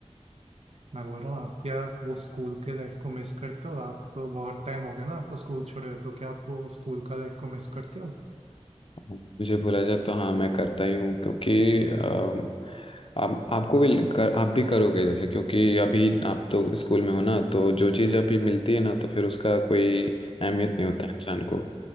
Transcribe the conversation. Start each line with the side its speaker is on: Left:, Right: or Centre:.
Right: मैं बोल रहा हूँ आप क्या वो स्कूल के लाइफ को मिस करते हो आप तो बहुत टाइम हो गया ना आपको स्कूल छोड़े हुए तो क्या आप वो स्कूल का लाइफ को मिस करते हो
Left: मुझे बोला जाए तो हाँ मैं करता ही हूँ क्योंकि अम, आप आपको भी कर, आप भी करोगे जैसे क्योंकि अभी आप तो स्कूल में हो ना तो जो चीज़ अभी मिलती है ना तो फिर उसका कोई अहमियत नहीं होता है इंसान को